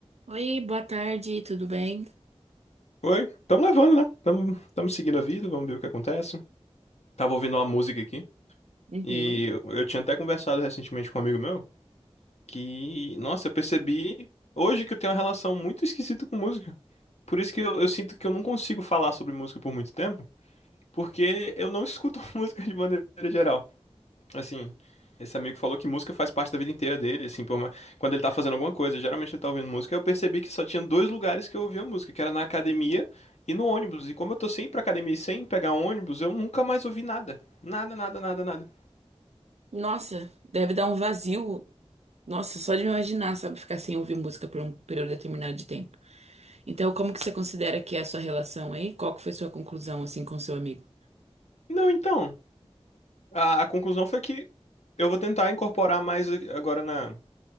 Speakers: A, on the right; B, on the left.
A: Oi, boa tarde, tudo bem?
B: Oi, estamos levando, né? Estamos seguindo a vida, vamos ver o que acontece. Tava ouvindo uma música aqui
A: Uhum.
B: e eu, eu tinha até conversado recentemente com um amigo meu que, nossa, eu percebi hoje que eu tenho uma relação muito esquisita com música. Por isso que eu, eu sinto que eu não consigo falar sobre música por muito tempo, porque eu não escuto <laughs> música de maneira geral. Assim, esse amigo falou que música faz parte da vida inteira dele, assim, por mais- quando ele tá fazendo alguma coisa, geralmente ele tá ouvindo música. Eu percebi que só tinha dois lugares que eu ouvia música, que era na academia e no ônibus. E como eu tô sempre pra academia e sem pegar ônibus, eu nunca mais ouvi nada. Nada, nada, nada, nada.
A: Nossa, deve dar um vazio. Nossa, só de me imaginar, sabe, ficar sem ouvir música por um período determinado de tempo. Então, como que você considera que é a sua relação aí? Qual que foi sua conclusão, assim, com seu amigo?
B: Não, então, a, a conclusão foi que eu vou tentar incorporar mais a- agora na,